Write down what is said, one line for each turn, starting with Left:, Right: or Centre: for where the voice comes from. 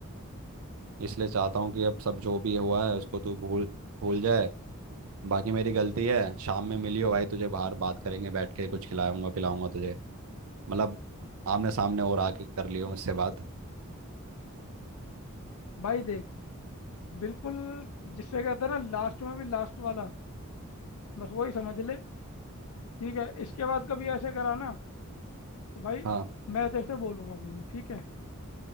Right: इसलिए चाहता हूँ कि अब सब जो भी हुआ है उसको तू भूल भूल जाए बाकी मेरी गलती है शाम में मिलियो भाई तुझे बाहर बात करेंगे बैठ के कुछ खिलाऊंगा पिलाऊंगा तुझे मतलब आमने सामने और आके कर लियो मुझसे बात
Left: भाई देख बिल्कुल जिससे कहते हैं ना लास्ट में भी लास्ट वाला बस वही समझ ले ठीक है इसके बाद कभी ऐसे करा ना तो भाई
Right: हाँ
Left: मैं तेरे से बोलूंगा भी नहीं ठीक है